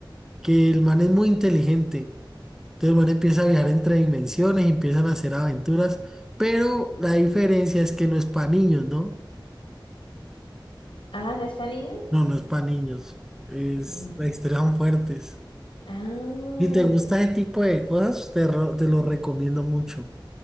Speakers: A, in the centre; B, on the left.
A: Que el man es muy inteligente. Entonces el man empieza a viajar entre dimensiones y empiezan a hacer aventuras. Pero la diferencia es que no es para niños, ¿no?
B: Ah, ¿no es para niños?
A: No, no es para niños. Es,
B: Sí.
A: las historias son fuertes.
B: Ah,
A: Si te gusta
B: ya.
A: ese tipo de cosas, te, ro- te lo recomiendo mucho.